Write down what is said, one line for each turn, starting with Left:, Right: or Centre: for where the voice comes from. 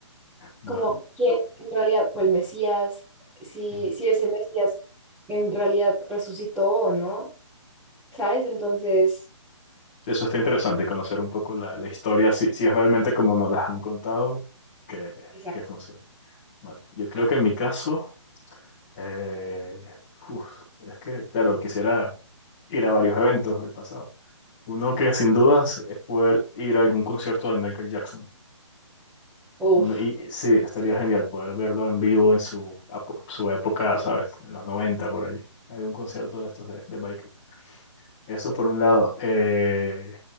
Left: Vale.
Centre: como quién en realidad fue el Mesías, si,
Left: Mm.
Centre: si ese Mesías en realidad resucitó o no, ¿sabes? Entonces,
Left: Eso está interesante, conocer un poco la, la historia, si, si es realmente como nos las han contado, que,
Centre: exacto.
Left: que funciona. Vale, yo creo que en mi caso, eh, uf, es que, claro, quisiera ir a varios eventos del pasado. Uno que sin dudas es poder ir a algún concierto de Michael Jackson.
Centre: Uf.
Left: No- Y sí, estaría genial poder verlo en vivo en su, apo- su época, ¿sabes? En los 90 por allí. Hay un concierto de estos de, de Michael. Eso por un lado. Eh,